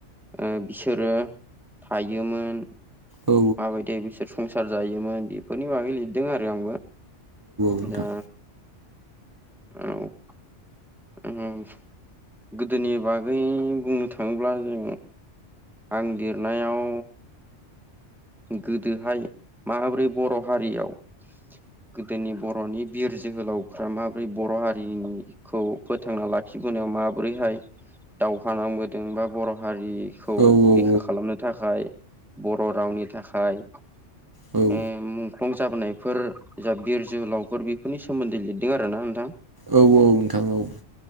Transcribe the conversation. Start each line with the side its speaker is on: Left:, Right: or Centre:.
Centre: ओ बिसोरो थायोमोन
Right: औ
Centre: माबायदि बिसोर संसार जायोमोन बेफोरनि बागै लिरदों आरो आंबो
Right: नोंथां
Centre: दा औ ओम गोदोनि बागै बुंनो थाङोब्ला जों आं लिरनायाव गोदोहाय माबोरै बर' हारियाव गोदोनि बर'नि बिर जोहोलावफ्रा माब्रै बर' हारिनि खौ फोथांना लाखिबोनायाव माबोरैहाय दावहा नांबोदों बा बर' हारि खौ
Right: औ नोंथां औ औ नोंथां औ
Centre: रैखा खालामनो थाखाय बर' रावनि थाखाय
Right: औ
Centre: ओ मुंख्लं जाबोनायफोर जा बिर जोहोलावफोर बेफोरनि सोमोन्दै लिरदों आरो ना नोंथां।
Right: औ औ नोंथां औ